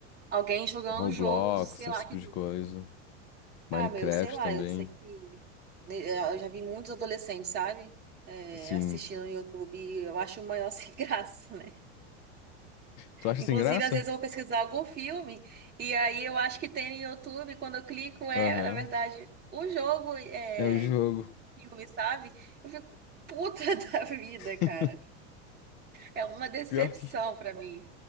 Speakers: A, on the right; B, on the left.
A: alguém jogando
B: Roblox,
A: jogos, sei lá,
B: esse tipo
A: que
B: de coisa. Minecraft
A: Ah, meu, sei lá,
B: também.
A: eu sei que eh, eu já vi muitos adolescentes, sabe? Eh,
B: Assim,
A: assistindo no YouTube, eu acho o maior <laughs> sem graça, né?
B: tu acha
A: Inclusive,
B: sem graça?
A: às vezes eu vou pesquisar algum filme e aí eu acho que tem no YouTube, quando eu clico, é,
B: Aham.
A: na verdade, o jogo é
B: É o jogo.
A: filme, sabe? Eu fico puta <laughs> da vida, cara.
B: <laughs>
A: É uma decepção
B: Pior que
A: pra mim.